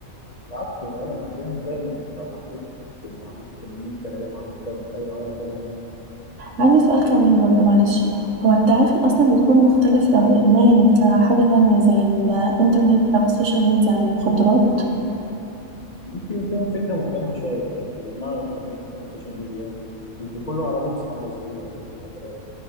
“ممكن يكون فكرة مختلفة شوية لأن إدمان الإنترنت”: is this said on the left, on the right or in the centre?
Left